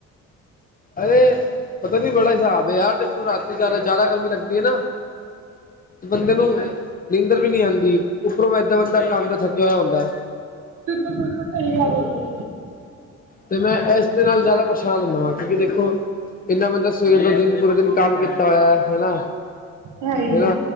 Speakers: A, on the left; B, on the right.
A: ਅਰੇ ਪਤਾ ਨੀ ਬੜਾ ਹਿਸਾਬ ਹੈ ਯਾਰ ਦੇਖੋ ਰਾਤੀ ਜ਼ਿਆਦਾ-ਜ਼ਿਆਦਾ ਗਰਮੀ ਲੱਗਦੀ ਹੈ ਨਾ। ਬੰਦੇ ਨੂੰ ਨੀਂਦਰ ਵੀ ਨਹੀਂ ਆਉਂਦੀ ਉੱਪਰੋਂ ਇਏਦਾਂ ਬੰਦਾ ਕੰਮ ਦਾ ਥੱਕਿਆ ਹੋਇਆ ਹੁੰਦਾ।
B: ਬਿਲਕੁਲ-ਬਿਲਕੁਲਸਹੀ ਗੱਲ ਹੈ।
A: ਤੇ ਮੈਂ ਇਸ ਦੇ ਨਾਲ ਜ਼ਿਆਦਾ ਪ੍ਰੇਸ਼ਾਨ ਹੁੰਦਾ ਵਾਂ। ਕਿਉਂਕਿ ਦੇਖੋ ਇੰਨਾ ਬੰਦਾ ਸਵੇਰ ਦਾ ਦਿਨ ਪੂਰਾ ਦਿਨ ਕੰਮ ਕੀਤਾ ਹੋਇਆ ਹੈਨਾ।
B: ਹੈ ਹੀ
A: ਹੈਨਾ।
B: ਹੈ।